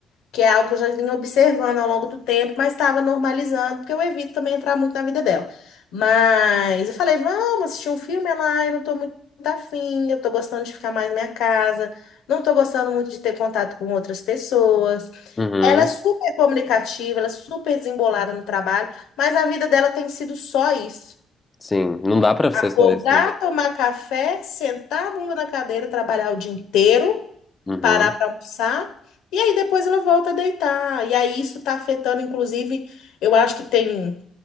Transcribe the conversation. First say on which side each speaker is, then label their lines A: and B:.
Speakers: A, on the left (about 85°); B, on the left (about 25°).
A: que é algo que eu já vinha observando ao longo do tempo, mas estava normalizando, porque eu evito também entrar muito na vida dela. Mas eu falei, vamos assistir um filme, ela, "Ai, eu não tô muito afim, eu tô gostando de ficar mais na minha casa, não tô gostando muito de ter contato com outras pessoas.
B: Uhum,
A: Ela é super comunicativa, ela é super desembolada no trabalho, mas a vida dela tem sido só isso.
B: sim, não dá para ser
A: Acordar,
B: só isso, né?
A: tomar café, sentar a bunda na cadeira, trabalhar o dia inteiro
B: Uhum.
A: parar para almoçar, e aí depois ela volta a deitar. E aí isso está afetando, inclusive, eu acho que tem